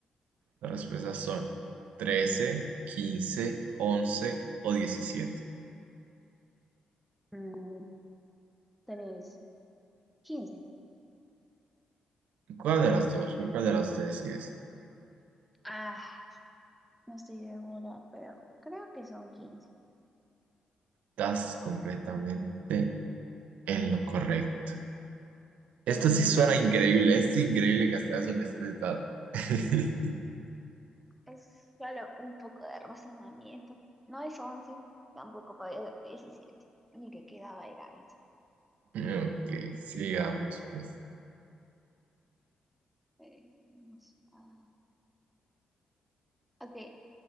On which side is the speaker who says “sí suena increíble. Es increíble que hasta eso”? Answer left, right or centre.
Right